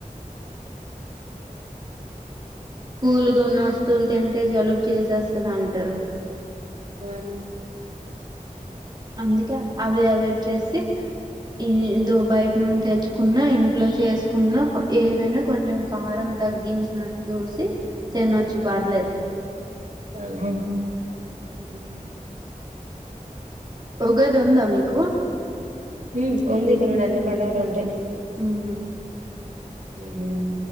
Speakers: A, on the right; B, on the right.
A: కూల్గా ఉన్న వస్తువులు తింటే జలుబ చేసేస్తుంది అంటారు
B: హ్మ్మ్
A: అందుకే అవి అవాయిడ్ చేసి హ్మ్మ్ ఇదో బయట నుండి తెచ్చుకున్న ఇంట్లో చేసుకున్న ఏవైనా కొంచెం కారం తగ్గించినట్టు చూసి తినొచ్చి పర్లేదు
B: హాయ్ హలో
A: హ్మ్మ్ ఉగాది ఉందా మీకు
B: హుమ్మ్ ఉంది ఇక నుండి అన్ని పండుగలు ఉంటాయి
A: ఉహూ
B: ఉహుమ్